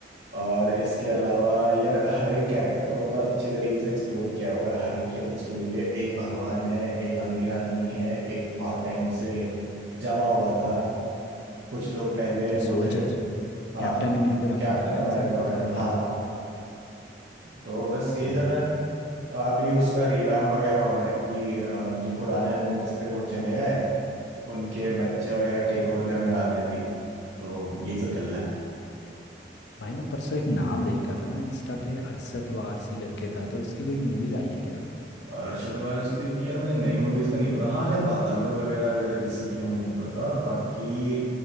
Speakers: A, on the right (about 80°); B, on the left (about 75°).
A: और इसके अलावा यार हर एक कैरेक्टर को मतलब अच्छे तरीके से एक्सप्लोर किया हुआ है हर एक की अपनी स्टोरी है एक भगवान है एक अमीर आदमी है एक बहुत टाइम से जमा हुआ था कुछ लोग पहले
B: द
A: वो
B: सोल्जर
A: थे हाँ
B: कैप्टन अमेरिका का नाम
A: कैप्टन
B: होता है
A: अमेरिका
B: ना शायद इतना
A: वगैरह
B: तो मेरे
A: हाँ
B: को भी पता
A: तो बस यही
B: डैम
A: सब है अभी उसका रिवैम्प वगैरह हो रहा है कि अ, जो पुराने एवेंजर्स थे वो चले गए उनके बच्चे वगैरह टेक ओवर करने वाले हैं अभी तो यही सब चल रहा है
B: भाई मैं परसों एक नाम देख रहा था ना इंस्टा पे अरशद वारसी करके था तो इसकी कोई मूवीज आई हैं क्या
A: और शलवार स्त्री की यार मुझे नई मूवीज का नहीं पता हाँ शायद पाताल लोक वगैरह अगर इसी की है, मुझे नहीं पता बाकी